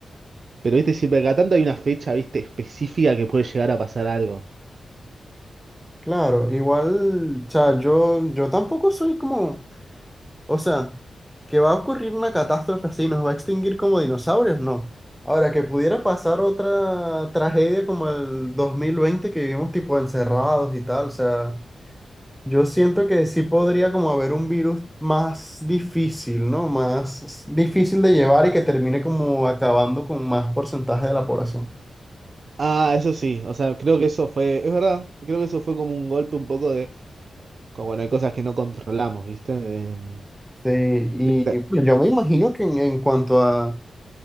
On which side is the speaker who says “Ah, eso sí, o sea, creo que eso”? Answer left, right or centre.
Right